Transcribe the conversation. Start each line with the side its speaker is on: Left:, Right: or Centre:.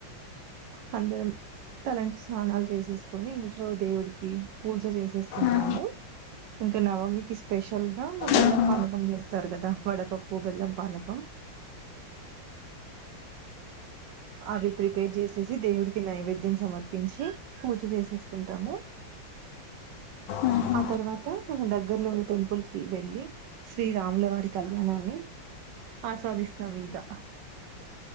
Right: <inaudible> అందరం తలంటి స్నానాలు చేసేసుకొని ఇంట్లో దేవుడికి పూజ చేసి చేసుకుంటాము
Left: ఆహా,
Right: ఇంకా నవమికి స్పెషల్ గా బెల్లం
Left: ఆహా,
Right: పానకం చేస్తారు కదా వడపప్పు బెల్లం పానకం <inaudible> అవి ప్రిపేర్ చేసేసి దేవుడికి నైవేద్యం సమర్పించి పూజ చేసేసుకుంటాము. <inaudible>
Left: ఆహా, ఆహా.
Right: ఆ తర్వాత మన దగ్గర్లోని టెంపుల్ కి వెళ్ళి శ్రీ రాములవారి కళ్యాణాన్ని ఆస్వాదిస్తాం ఇంకా